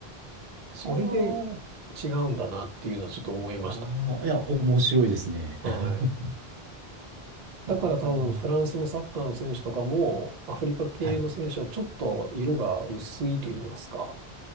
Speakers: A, on the right (about 50°); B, on the right (about 70°).
A: それで
B: は
A: 違うんだなっていうのはちょっと思いました。
B: あ。ああ、いや、面白いですね。
A: はい。
B: <laughs> はあ。
A: だから多分フランスのサッカーの選手とかも、アフリカ系の選手はちょっと色が薄いと言いますか、
B: はい。